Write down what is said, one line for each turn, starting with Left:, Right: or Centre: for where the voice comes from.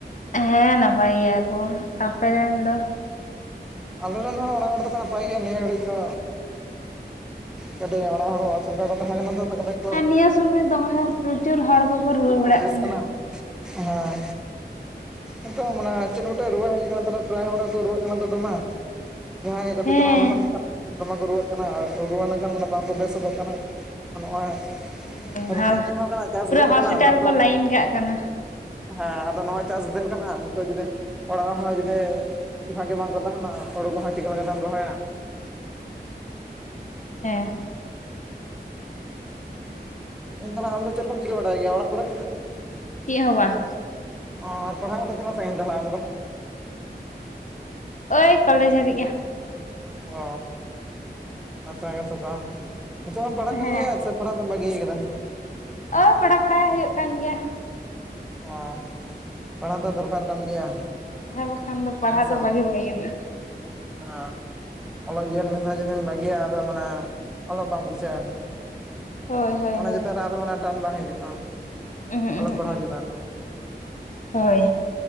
Left: ᱦᱮᱸ ᱱᱟᱯᱟᱭ ᱜᱮᱭᱟ ᱠᱚ ᱟᱯᱮ ᱨᱮᱱ ᱫᱚ?
Centre: ᱟᱞᱮ ᱨᱮᱱ ᱦᱚᱸ ᱚᱲᱟᱜ ᱦᱚᱲ ᱫᱚᱠᱚ ᱱᱟᱯᱟᱭ ᱜᱮᱭᱟ ᱱᱤᱭᱟᱹ ᱜᱷᱟᱹᱲᱤᱡ ᱫᱚ ᱠᱟᱹᱴᱤᱜ ᱚᱲᱟᱜ ᱦᱚᱲ ᱠᱚ ᱚᱥᱩᱵᱤᱫᱷᱟ ᱠᱟᱛᱮ ᱦᱮᱡ ᱠᱟᱱᱟ ᱛᱚᱼᱼ
Left: ᱦᱮᱸ ᱱᱤᱭᱟᱹ ᱥᱚᱢᱚᱭ ᱫᱚᱢᱮ ᱯᱨᱚᱪᱩᱨ ᱦᱚᱲ ᱠᱚᱠᱚ ᱨᱩᱣᱟᱹ
Centre: ᱱᱤᱛᱚᱜ ᱫᱚᱠᱚ
Left: ᱵᱟᱲᱟᱜ
Centre: ᱵᱮᱥ
Left: ᱠᱟᱱᱟ᱾
Centre: ᱦᱮᱸ ᱱᱤᱛᱚᱜ ᱢᱟᱱᱮ ᱪᱮᱫ ᱨᱮᱱᱟᱜ ᱢᱤᱫᱴᱮᱡ ᱨᱩᱣᱟᱹ ᱦᱮᱡ ᱠᱟᱱᱟ ᱟᱫᱚᱞᱮᱼᱼ ᱯᱨᱟᱭ ᱦᱚᱲᱠᱚ ᱨᱩᱣᱟᱹᱜ ᱠᱟᱱᱟ ᱛᱚ ᱫᱚᱢᱮ ᱡᱟᱦᱟᱸ ᱜᱮ ᱠᱟᱹᱴᱤᱡ
Left: ᱦᱮᱸ
Centre: ᱪᱟᱞᱟᱝ ᱞᱚᱦᱚᱫ ᱞᱮᱱᱠᱷᱟᱱ ᱜᱮ ᱫᱚᱢᱮ ᱠᱚ ᱨᱩᱣᱟᱹᱜ ᱠᱟᱱᱟ ᱟᱨ ᱨᱩᱣᱟᱹ ᱞᱮᱱᱠᱷᱟᱱ ᱢᱟᱱᱮ ᱵᱟᱝᱠᱚ ᱵᱮᱥ ᱜᱚᱫᱚᱜ ᱠᱟᱱᱟ ᱱᱚᱜᱼᱚᱭᱼᱼ
Left: ᱦᱳᱭ
Centre: ᱨᱚᱦᱚᱭ
Left: ᱦᱳᱭ
Centre: ᱫᱤᱱ ᱦᱚᱸ ᱠᱟᱱᱟ ᱪᱟᱥ
Left: ᱯᱩᱨᱟᱹ
Centre: ᱫᱤᱱ
Left: ᱦᱚᱥᱯᱤᱴᱟᱞ
Centre: ᱠᱟᱱᱟ ᱫᱟᱜ
Left: ᱠᱚ
Centre: ᱫᱚᱼᱼ
Left: ᱞᱟᱭᱤᱱ ᱠᱟᱜ ᱠᱟᱱᱟ
Centre: ᱦᱮᱸ ᱟᱫᱚ ᱱᱚᱜᱼᱚᱭ ᱪᱟᱥ ᱫᱤᱱ ᱠᱟᱱᱟ ᱱᱤᱛᱚᱜ ᱡᱩᱫᱤ ᱚᱲᱟᱜ ᱦᱚᱲ ᱦᱚᱸ ᱡᱩᱫᱤᱼᱼ ᱪᱮᱫᱟᱜ ᱜᱮ ᱵᱟᱝᱠᱚ ᱛᱟᱦᱮᱱᱟ ᱦᱩᱲᱩ ᱠᱚᱦᱚᱸ ᱪᱤᱠᱟᱹ ᱞᱮᱠᱟ ᱛᱮᱢ ᱨᱚᱦᱚᱭᱟ᱾
Left: ᱦᱮᱸ
Centre: ᱢᱮᱱ ᱛᱟᱦᱚᱞᱮ ᱟᱢ ᱫᱚ ᱪᱮᱫ ᱠᱚᱢ ᱪᱤᱠᱟᱹ ᱵᱟᱰᱟᱭ ᱜᱮᱭᱟ ᱚᱲᱟᱜ ᱠᱚᱨᱮ?
Left: ᱪᱮᱜ ᱦᱚᱸ ᱵᱟᱝ᱾
Centre: ᱚ ᱟᱨ ᱯᱟᱲᱦᱟᱜ ᱠᱚ ᱫᱚ ᱛᱤᱱᱟᱹᱜ ᱥᱟᱹᱝᱜᱤᱱ ᱛᱟᱦᱚᱞᱮ ᱟᱢ ᱫᱚ?
Left: ᱳᱭ ᱠᱚᱞᱮᱡᱽ ᱦᱟᱹᱨᱤᱡ ᱜᱮᱼᱼ
Centre: ᱚ ᱱᱟᱯᱟᱭ ᱠᱟᱛᱷᱟ ᱛᱟᱦᱚᱞᱮ ᱱᱤᱛᱚᱜ ᱦᱚᱸᱢ ᱯᱟᱲᱦᱟᱜ ᱠᱟᱱ
Left: ᱦᱮᱸ
Centre: ᱜᱮᱭᱟ ᱥᱮᱼᱼ ᱛᱚ ᱯᱟᱲᱦᱟᱜ ᱫᱚᱢ ᱵᱟᱹᱜᱤᱭ ᱠᱟᱫᱟ᱾
Left: ᱳ ᱯᱮᱲᱟ ᱯᱟᱲᱟᱭ ᱦᱩᱭᱩᱜ ᱠᱟᱱ ᱜᱮᱭᱟ
Centre: ᱚ ᱯᱟᱲᱦᱟᱣ ᱫᱚ ᱫᱚᱨᱠᱟᱨ ᱠᱟᱱ ᱜᱮᱭᱟ᱾
Left: ᱦᱮᱸ ᱵᱟᱠᱷᱟᱱ ᱫᱚ ᱯᱟᱲᱦᱟᱜ
Centre: ᱦᱮᱸ ᱥᱮ
Left: ᱫᱚ
Centre: ᱵᱟᱝ
Left: ᱵᱟᱹᱜᱤ ᱵᱟᱭ ᱜᱟᱱᱚᱜᱼᱟ᱾
Centre: ᱦᱮᱸ ᱚᱞᱚᱜ ᱡᱤᱭᱚᱱ ᱢᱤᱫ ᱫᱷᱟᱣ ᱡᱩᱫᱤᱢ ᱵᱟᱹᱜᱤᱭᱟ ᱟᱫᱚ ᱢᱟᱱᱮ ᱚᱞᱚᱜ ᱵᱟᱝ ᱵᱩᱡᱷᱟᱹᱣ ᱟᱹᱱᱤᱡᱼᱟ᱾
Left: ᱦᱳᱭ ᱦᱳᱭ
Centre: ᱚᱱᱟ
Left: ᱦᱳᱭ
Centre: ᱪᱮᱛᱟᱱ ᱨᱮ ᱟᱫᱚ ᱢᱟᱱᱮ ᱴᱟᱱ ᱵᱟᱝ ᱦᱤᱡᱩᱜᱼᱟ
Left: ᱩᱦᱩᱸᱜ
Centre: ᱚᱞᱚᱜ
Left: ᱩᱦᱩᱸᱜ
Centre: ᱯᱟᱲᱦᱟᱣ ᱪᱮᱛᱟᱱ ᱨᱮ᱾
Left: ᱦᱳᱭ